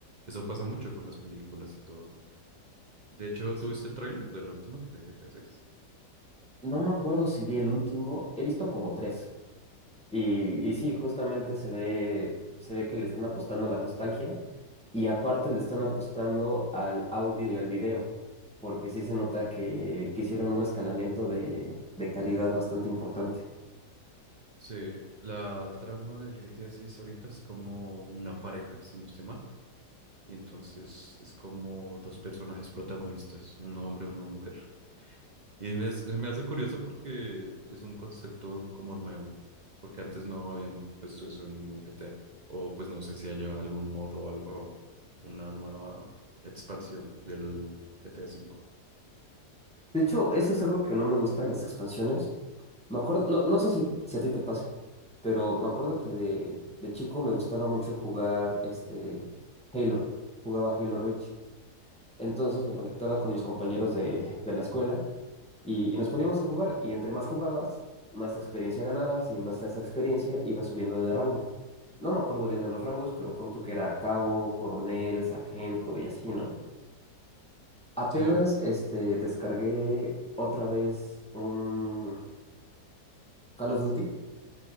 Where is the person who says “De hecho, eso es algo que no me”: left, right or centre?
Centre